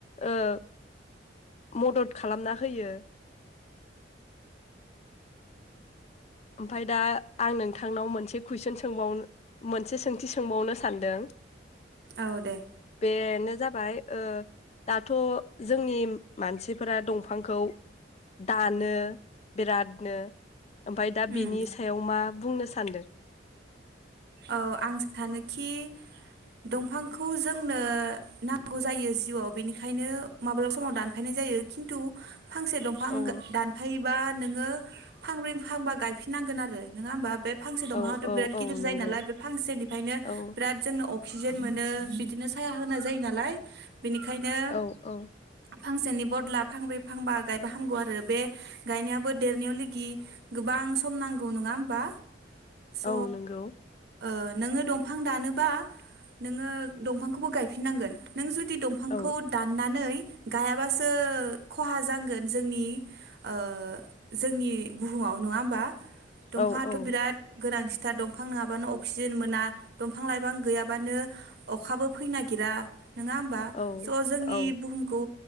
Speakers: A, on the left (about 35°); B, on the right (about 60°).
A: ओ मदद खालामना होयो। ओमफ्राय दा आं नोंथांनाव मोनसे कुइसन सोंबावनो मोनसे सोंथि सोंबावनो सानदों
B: औ दे
A: बेनो जाबाय ओ दाथ जोंनि मानसिफोरा दंफांखौ दानो बिरादनो ओमफ्राय दा बेनि
B: उम
A: सायाव मा बुंनो सानदो
B: ओ आं सानोखि दंफांखौ जोंनो नांगौ जायो जिउआव बेनिखायनो माब्लाबा समाव दानफायनाय जायो खिन्थु फांसे दंफां
A: औ
B: गा दानफै बा नोङो फांब्रै फांबा गायफिननांगोन आरो नङा होमबा बे फांसे दफांआथ
A: औ औ
B: बिराद गिदिर
A: औ
B: जायो
A: नंगौ
B: नालाय बे फांसेनिफ्रायनो
A: औ
B: बिराद जोंनो अ अक्सिजेन मोनो बिदिनो साया होनाय जायो नालाय बेनिखायनो
A: औ औ
B: फांसेनि बदला फांब्रै फांबा गायबा हामगौ आरो बे गायनायाबो देरनायाव लेगि गोबां सम नांगौ नङा होमबा। स'
A: औ नोंगौ।
B: ओ नोङो दंफां दानोबा नोङो दंफांखौबो गायफिननांगोन नों जु दि दंफांखौ
A: औ
B: दाननानै गायाबासो खहा जांगोन जोंनि ओ जोंनि बुहुमाव नङा होमबा? दंफाङाथ
A: औ औ
B: बिराद गोनांसिन था दं दंफां नङाबानो अक्सिजेन मोना दंफां लाइफां गैयाबानो अखाबो फैनो नागिरा। नङा होमबा
A: औ
B: स जोंनि
A: औ
B: बुहुमखौ